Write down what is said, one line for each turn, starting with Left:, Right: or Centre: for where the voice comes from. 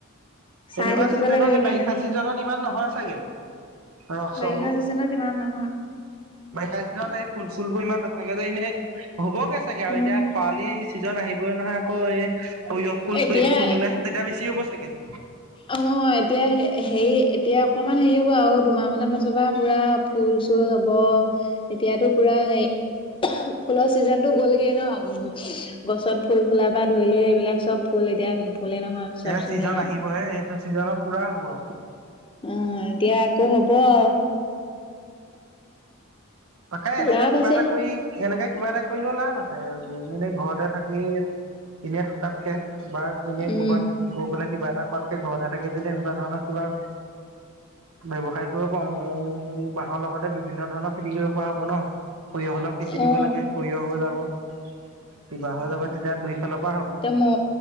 Left: চাই
Right: এনেকুৱা
Left: থাকিব
Right: চিজনত,
Left: লাগে সেইকাৰণে
Right: এই বাৰিষা চিজনত ইমান নহয় চাগে? ৰস চসবোৰ
Left: বাৰিষা চিজনত ইমান নহয়।
Right: বাৰিষা দিনত এই ফুল-চুল বোৰ ইমান নাথাকে যে, এনেই হ'বগে চাগে আৰু
Left: উম
Right: এতিয়া খৰালি চিজন আহিবই নহয় আকৌ, এই সৰিয়হ ফুল
Left: এতিয়া
Right: চৰিয়হ ফুল হ'লে, তেতিয়া বেছি হ'ব চাগে।
Left: অ, এতিয়া হেৰি এতিয়া অকণমান হেৰি হ'ব আৰু দুমাহ মানৰ পাছৰ পৰা পুৰা ফুল-চুল হ'ব। এতিয়াতো, পুৰা হেই <unintelligible> ফুলৰ চিজনতটো গ'লগে ন। গছত ফুল-ফুলা পা ধৰি লৈ এইবিলাক চব ফুল এতিয়া নুফুলে নহয়। চব
Right: এইয়া
Left: চিজনত
Right: চিজন আহিবহে, এইটো চিজনত পুৰা হ'ব আৰু!
Left: অ', এতিয়া, আকৌ হব আৰু!
Right: তাকেই, এনেকে
Left: লাভ
Right: কিবা
Left: আছে
Right: এটা কৰি, এনেকে কিবা এটা কৰিলেও লাভ আছে, এনেই -এনেই ঘৰতে থাকি এনেই থকাতকে বা এনেই
Left: উম
Right: ক'বাত গৈ পেলাই কিবা এটা কৰাতকে, ঘৰতে থাকি যদি এনেকুৱা ধৰণৰ কিবা ব্যৱসায় কৰিব পাৰো, মৌ বাঁহৰ লগতে বিভিন্ন ধৰণৰ খেতি কৰিব পৰা হ'ব ন, সৰিয়হ অলপ সিঁচি দিব
Left: অ
Right: লাগে, সৰিয়হ হৈ যাব। কিবা হৈ যাব, তেতিয়া দুই ফালৰ পৰা হ'ব।
Left: মৌ